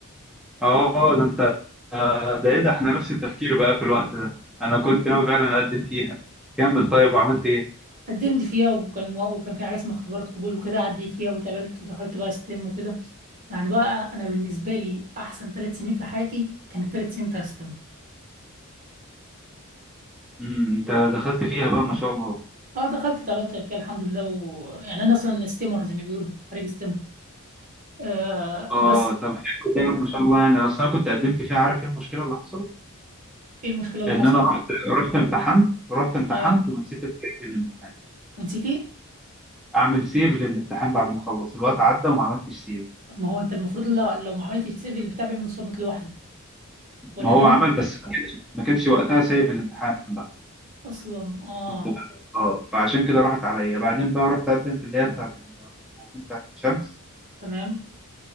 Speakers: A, in the centre; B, on the right.
A: اه ده انت آه، ده ايه ده احنا نفس التفكير بقى في الوقت ده انا كنت ناوي فعلا اقدم فيها كمل طيب وعملت ايه
B: قدمت فيها وكان وكان في حاجة اسمها اختبارات قبول وكده عديت فيها واتقبلت ودخلت بقى ستيم وكده يعني بقى انا بالنسبه لي احسن ثلاث سنين في حياتي كانت الثلاث سنين بتاع ستيم
A: امم انت دخلت فيها بقى ما شاء الله
B: اه دخلت اتقابلت فيها الحمد لله ويعني انا اصلا ستيمر زي ما بيقولوا خريج ستيم آه
A: اه
B: بس
A: طب حلو ده ما شاء الله يعني اصل انا كنت قدمت فيها عارف ايه المشكله اللي حصلت
B: ايه المشكله اللي
A: ان
B: حصلت
A: انا رحت رحت امتحنت رحت امتحنت
B: اه
A: ونسيت السيف للامتحان
B: ونسيت ايه
A: اعمل سيف للامتحان بعد ما اخلص الوقت عدى وما عملتش سيف
B: طب ما هو انت المفروض لا لو ما عملتش سيف البتاع بيعمل صامت لوحده ولا
A: ما هو
B: ده مك...
A: عمل بس ما كانش ما كانش وقتها سيف الامتحان بقى
B: اصلا اه
A: شفت بقى اه فعشان كده راحت عليا بعدين بقى رحت اقدم في اللي هي بتاعت المتفوقين بتاعت الشمس
B: تمام